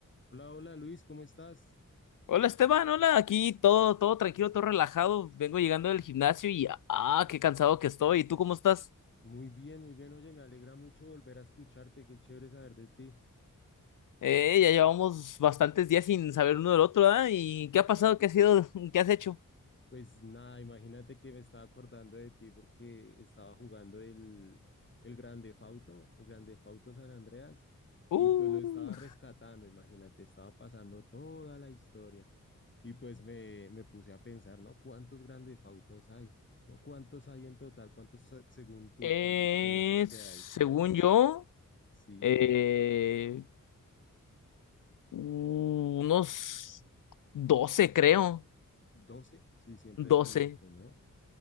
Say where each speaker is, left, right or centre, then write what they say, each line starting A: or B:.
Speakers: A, on the left; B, on the left.
A: Hola, hola Luis, ¿cómo estás?
B: Hola Esteban, hola, aquí todo, todo tranquilo, todo relajado. Vengo llegando del gimnasio y ah, qué cansado que estoy. ¿Y tú cómo estás?
A: Muy bien, muy bien. Oye, me alegra mucho volver a escucharte, qué chévere saber de ti.
B: Eh, ya llevamos bastantes días sin saber uno del otro, ¿ah? ¿Y qué ha pasado? ¿Qué ha sido? <laughs> ¿Qué has hecho?
A: Pues nada, imagínate que me estaba acordando de ti porque estaba jugando el, el Grande Fauto, el Grande Fauto San Andreas,
B: Uh,
A: y pues lo estaba rescatando, imagínate, estaba pasando toda la historia. Y pues me, me puse a pensar, ¿no? ¿Cuántos Grande Fautos hay? ¿No? ¿Cuántos hay en total? ¿Cuántos, se- según tú,
B: eh,
A: cuántos conoces que
B: según
A: hay?
B: yo,
A: Sí,
B: eh,
A: o lo-
B: unos 12 creo.
A: 12, sí, siempre
B: doce
A: son altos, ¿no?